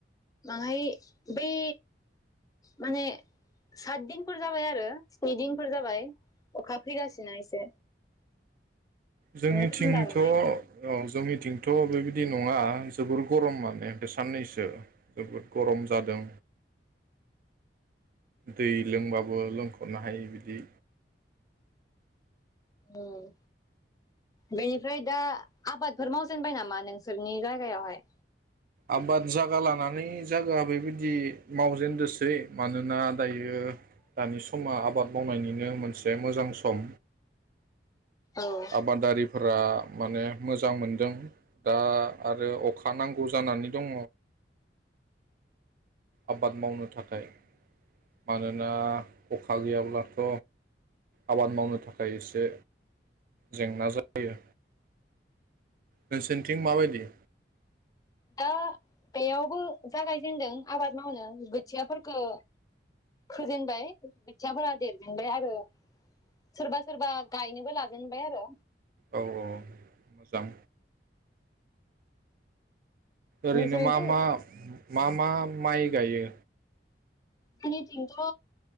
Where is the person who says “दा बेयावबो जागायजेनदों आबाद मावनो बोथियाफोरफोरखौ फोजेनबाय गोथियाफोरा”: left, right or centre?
Left